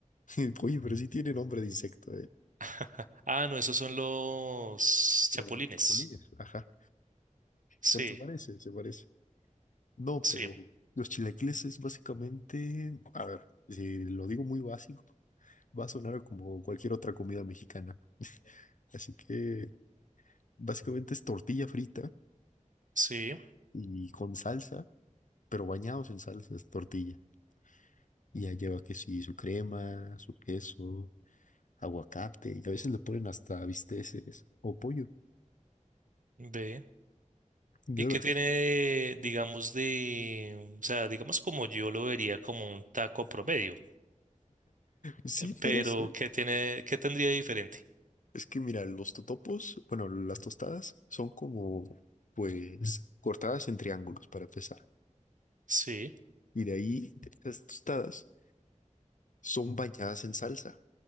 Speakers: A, on the left; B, on the right.
A: <laughs> Oye, pero sí tiene nombre de insecto, ¿eh?
B: <laughs> Ah, no, esos son los
A: Los
B: chapulines.
A: chapulines, ajá.
B: Sí,
A: Pero se parece, se parece. No, pero
B: sí,
A: los chilaquiles es básicamente, a ver, si lo digo muy básico, va a sonar como cualquier otra comida mexicana. Así que básicamente es tortilla frita
B: sí.
A: y con salsa, pero bañados en salsa es tortilla. Y ya lleva que sí, su crema, su queso, aguacate y a veces le ponen hasta bisteces o pollo.
B: Ve.
A: Yo
B: ¿Y
A: de
B: qué
A: verdad.
B: tiene, digamos, de, o sea, digamos como yo lo vería como un taco promedio?
A: Sí, podría
B: Pero,
A: ser.
B: ¿qué tiene, qué tendría de diferente?
A: Es que mira, los totopos, bueno, las tostadas son como, pues, cortadas en triángulos para empezar.
B: Sí,
A: Y de ahí, las tostadas son bañadas en salsa.